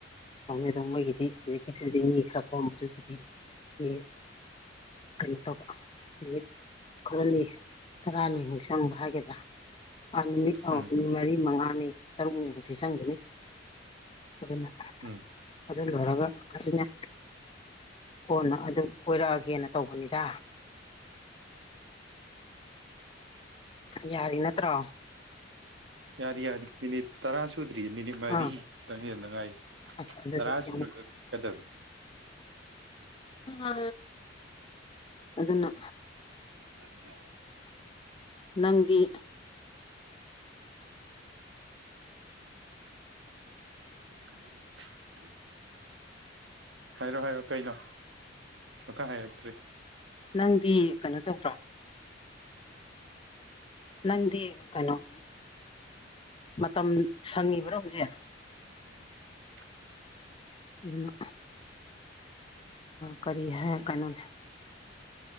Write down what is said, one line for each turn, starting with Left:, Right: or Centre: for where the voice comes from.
Left: ꯇꯧꯅꯤ ꯑꯗꯣ ꯃꯣꯢꯒꯤꯗꯤ ꯍꯧꯖꯤꯛ ꯃꯤ ꯈꯔ ꯀꯣꯝꯕꯗꯨꯒꯤꯗꯤ ꯃꯤ ꯀꯩꯅꯣ ꯇꯧꯕ ꯅꯨꯃꯤꯠ ꯈꯔꯅꯤ ꯇꯔꯥꯅꯤꯃꯨꯛ ꯆꯪꯕ ꯍꯥꯏꯒꯗ꯭ꯔꯥ ꯑ ꯅꯨꯃꯤꯠ ꯑꯧ
Right: ꯎꯝ
Left: ꯅꯨꯃꯤꯠ ꯃꯔꯤ ꯃꯉꯥꯅꯤ ꯇꯔꯨꯛꯅꯤꯃꯨꯛꯇꯤ ꯆꯪꯒꯤꯅꯤ ꯑꯗꯨꯅ
Right: ꯎꯝ
Left: ꯑꯗꯨ ꯂꯣꯏꯔꯒ ꯑꯗꯨꯅ ꯀꯣꯟꯅ ꯑꯗꯨ ꯑꯣꯏꯔꯛꯑꯒꯦꯅ ꯇꯧꯕꯅꯤꯗ ꯌꯥꯔꯤ ꯅꯠꯇ꯭ꯔꯣ
Right: ꯌꯥꯔ ꯌꯥꯔ ꯃꯤꯅꯤꯠ ꯇꯔꯥꯥꯁꯨ ꯁꯨꯗ꯭ꯔꯤ ꯃꯤꯅꯤꯠ ꯃꯔꯤ
Left: ꯑꯥ
Right: ꯈꯤꯇꯪ ꯍꯦꯟꯗ ꯉꯥꯏꯔꯤ
Left: ꯑꯁ ꯑꯗꯨꯗꯤ
Right: ꯇꯔꯥ
Left: ꯌꯥꯝ
Right: ꯁꯨꯔꯒ ꯀꯛꯀꯗꯕꯅꯦ
Left: ꯑ ꯑꯗꯨꯅ
Right: <unintelligible>
Left: ꯅꯪꯗꯤ
Right: <unintelligible> ꯍꯥꯏꯔꯣ ꯍꯥꯏꯔꯣ ꯀꯩꯅꯣ ꯃꯈꯥ ꯍꯥꯏꯔꯛꯇ꯭ꯔꯤ
Left: ꯅꯪꯗꯤ ꯀꯩꯅꯣ ꯇꯧꯗ꯭ꯔꯣ ꯅꯪꯗꯤ ꯀꯩꯅꯣꯝ ꯃꯇꯝ ꯁꯪꯉꯤꯕ꯭ꯔꯣ ꯍꯧꯖꯤꯛ
Right: <unintelligible>
Left: ꯑꯗꯨꯅꯦ ꯀꯔꯤ ꯍꯥꯏ ꯀꯩꯅꯣ